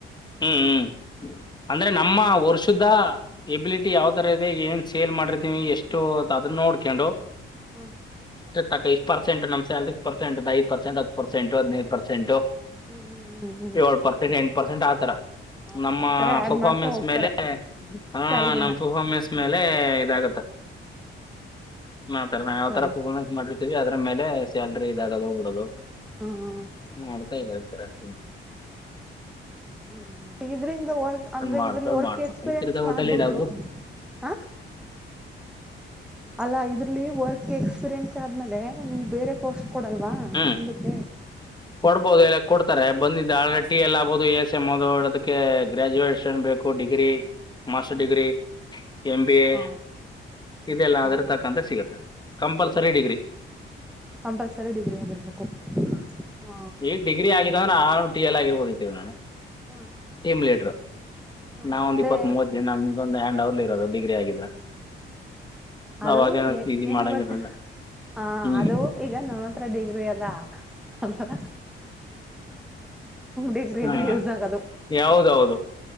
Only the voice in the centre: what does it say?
ಹ್ಮ್
ಹ್ಮ್
ಹ್ಮ
ಹ್ಮ್ ಹ್ಮ್ ಹ್ಮ್
ಹ
ಆತರ ಆಡ್
ಮಾಡ್ತಾ ಹೋಗ್ತಾರೆ
ಸ್ಯಾಲ್ರಿನ
ಹಾ
ಸರಿ
ಹ್ಮ್ ಹ್ಮ್
ಹ್ಮ್ ಇದ್ರಿಂದ ವರ್ಕ್ ಅಂದ್ರೆ ಅಂದ್ರೆ
ಇದ್ರಲ್ಲಿ ವರ್ಕ್
ಎಕ್ಸ್ಪೀರಿಯನ್ಸ್
ಮಾಡ್ಬಿಟ್ಟು
ಹ ಅಲ್ಲ ಇದ್ರಲಿ ವರ್ಕ್ ಎಕ್ಸ್ಪೀರಿಯೆನ್ಸ್ ಆದ್ಮೇಲೆ ಗೆ ನಿಮ್ ಬೇರೆ ಪೋಸ್ಟ್ ಕೊಡಲ್ವಾ
ಮುಂದುಕ್ಕೆ.
ಹ
ಹ
ಹ
ಕಂಪಲ್ಸರಿ ಡಿಗ್ರಿ ಆಗಿರ್ಬೇಕು ಹ್ಮ್
ಹಾ
ಹಾ
ಅದೇ
ಅದು
ಏನು
ಏನು
ಗೊತ್ತ ಹ
ಅದು ಈಗ ನಮ್ಮ ಹತ್ರ ಡಿಗ್ರಿ ಅದ ಅದ್ರ ಡಿಗ್ರಿ
ಇದ್ರೆ ಯೂಸ್ ಆಗದು